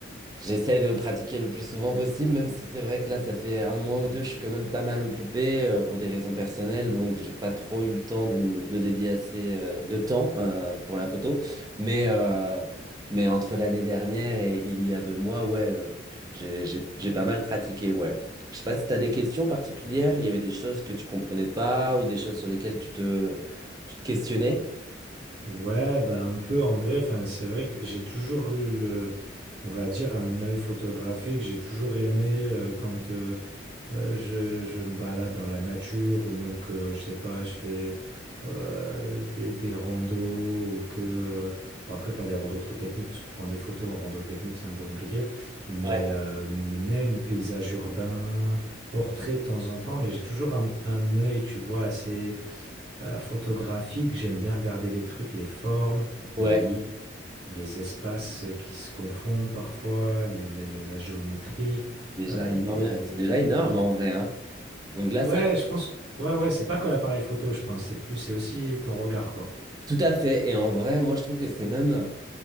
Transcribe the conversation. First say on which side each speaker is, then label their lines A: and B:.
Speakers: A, on the right (about 20°); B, on the right (about 60°).
A: J'essaie de pratiquer le plus souvent possible, même si c'est vrai que là, ça fait un mois ou deux, je suis quand même pas mal occupé euh, pour des raisons personnelles, donc j'ai pas trop eu le temps de, m- de dédier assez euh, de temps euh, pour la photo. Mais, euh, mais entre l'année dernière et il y a deux mois, ouais, euh, j'ai, j'ai, j'ai pas mal pratiqué, ouais. Je sais pas si t'as des questions particulières, il y avait des choses que tu comprenais pas ou des choses sur lesquelles tu te, tu te questionnais.
B: Ouais, bah un peu en vrai, enfin, c'est vrai que j'ai toujours eu le, on va dire, un œil photographique. J'ai toujours aimé euh, quand euh, euh, je, je me balade dans la nature ou même que, je sais pas, je fais euh, des, des randos ou que, euh, bon, après, pas des randos trop techniques parce que prendre des photos en rando technique, c'est un peu compliqué, mais,
A: Ouais.
B: euh, mais même paysage urbain, portrait de temps en temps, mais j'ai toujours un, un œil, tu vois, assez euh, photographique, j'aime bien regarder les trucs, les formes,
A: Ouais,
B: les lits, les espaces qui se confondent parfois, les- la, la- la géométrie,
A: déjà
B: euh,
A: énorme,
B: des...
A: c'est déjà énorme en vrai, hein. Donc là,
B: Ouais,
A: ça
B: je pense... Ouais, ouais, c'est pas que l'appareil photo, je pense. C'est plus, c'est aussi ton regard, quoi.
A: Tout à fait. Et en vrai, moi, je trouve que c'est même euh,